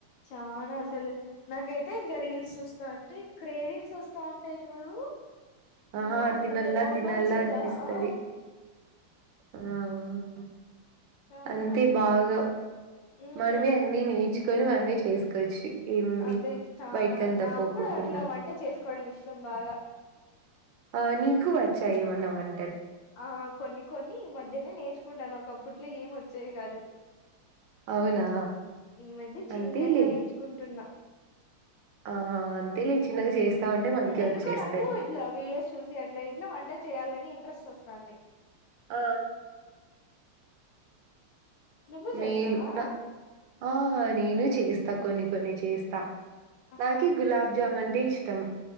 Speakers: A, on the left; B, on the right.
A: చానా అసలు నాకైతే ఇంగా రీల్స్ చూస్ తాంటే క్రేవింగ్స్ వస్తా ఉంటాయి చూడు.
B: ఆ
A: అమ్మో వద్దులే
B: తినల్లా
A: నోట్లోంచి
B: తినల్లా
A: ఇంకా
B: అనిపిస్తది
A: ఆ
B: ఆ ఆహా
A: చానా
B: అంతే బాగా
A: ఉమ్
B: మనమే అన్ని నేర్చుకొని మనమే చేసుకోవచ్చు. ఏముంది
A: అదే చానా
B: బయటకంతా
A: నాకు
B: పోకోకుండా
A: కూడా అట్లా వంట చేసుకోవడం ఇష్టం బాగా
B: ఆ నీకు వచ్చా ఏమన్న వం
A: ఆ కొన్ని కొన్ని ఈ మధ్యనే నేర్చుకుంటానా ఒకప్పట్లో ఏం వచ్చేయి కాదు.
B: అవునా
A: ఈ మధ్య చిన్నగా
B: అంతేలే
A: నేర్చుకుంటున్నా.
B: ఆ అంతేలే చిన్నగా చేస్తా ఉంటే మనకే
A: ఎందుకో
B: వచ్చేస్తాయి
A: నాకు ఇట్లా వీడియోస్ చూసి అట్లా ఇట్లా వంట చేయాలని ఇంట్రెస్ట్ చస్తాది
B: ఆ
A: నువ్వు చేస్తావా
B: మేలు నా ఆ నేను చేస్తా కొన్ని కొన్ని చేస్తా
A: ఆహా
B: నాకి గులాబ్జామున్ ఇష్టం